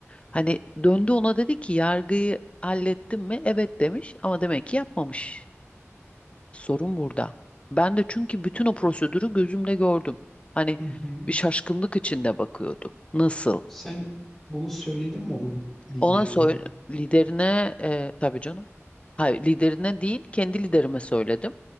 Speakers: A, on the left; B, in the centre.
A: Hani döndü ona dedi ki yargıyı hallettim mi? Evet demiş ama demek ki yapmamış. Sorun burada. Ben de çünkü bütün o prosedürü gözümle gördüm. Hani
B: Hı hı.
A: bir şaşkınlık içinde bakıyordum. Nasıl?
B: Sen bunu söyledin mi onun liderine?
A: Ona söyle liderine e, tabii canım. Hayır liderine değil kendi liderime söyledim.